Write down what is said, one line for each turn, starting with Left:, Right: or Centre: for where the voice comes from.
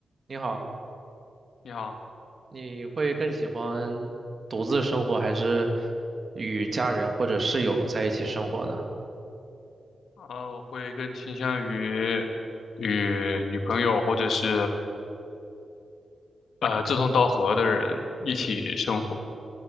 Right: 你好，
Left: 你好，
Right: 你会更喜欢独自生活还是与家人或者室友在一起生活呢？
Left: 呃，我会更倾向于与女朋友或者是呃志同道合的人一起生活。